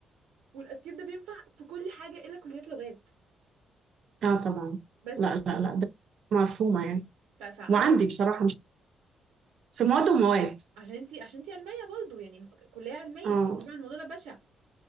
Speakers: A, on the right; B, on the right.
A: والتطبيق ده بينفع في كل حاجه الا كليات لغات
B: اه طبعا
A: بس
B: لا لا لا ده مفهومه يعني
A: ف- فعبث
B: وعندي بصراحه مش في مواد ومواد
A: عشان انتي عشان انتي علميه برضه يعني كليه علميه
B: اه
A: طبعا الموضوع ده بشع